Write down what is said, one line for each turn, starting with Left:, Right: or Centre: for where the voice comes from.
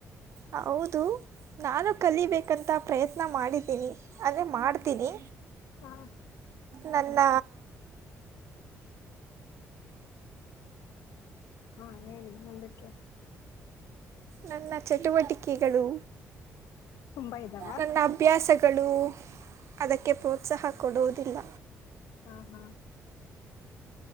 Right: ಹಾ ಹೌದು. ನಾನು ಕಲಿಬೇಕಂತ ಪ್ರಯತ್ನ ಮಾಡಿದ್ದೀನಿ ಅಂದರೆ ಮಾಡ್ತೀನಿ.
Left: ಹಾ
Right: ನನ್ನ.
Left: ಹಾ ಹೇಳಿ ಮುಂದಕ್ಕೆ.
Right: ನನ್ನ ಚಟುವಟಿಕೆಗಳು
Left: ತುಂಬಾ ಇದ್ದಾವ
Right: ನನ್ನ ಹಬ್. ಅಭ್ಯಾಸಗಳು ಅದಕ್ಕೆ ಪ್ರೋತ್ಸಾಹ ಕೊಡುವುದಿಲ್ಲ.
Left: ಹಾ ಹಾ.